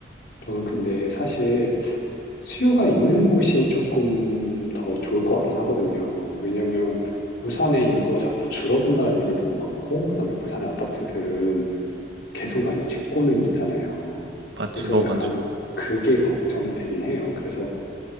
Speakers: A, on the left; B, on the right.
A: 저는 근데 사실 수요가 있는 곳이 조금 더 좋을 것 같긴 하거든요. 왜냐면 부산의 인구가 자꾸 줄어든다는 얘기 너무 많고, 그다음에 부산의 아파트들은 계속 많이 짓고는 있잖아요.
B: 맞죠?
A: 그래서
B: 너무
A: 약간
B: 많죠.
A: 그게 걱정이 되긴 해요. 그래서